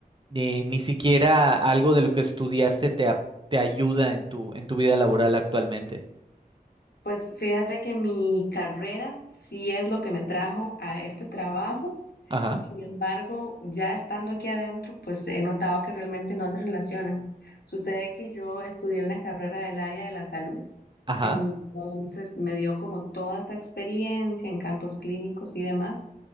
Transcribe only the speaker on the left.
Pues fíjate que mi carrera sí es lo que me trajo a este trabajo.
Sin embargo, ya estando aquí adentro, pues he notado que realmente no se relacionan. Sucede que yo estudié una carrera del área de la salud,
entonces me dio como toda esta experiencia en campos clínicos y demás.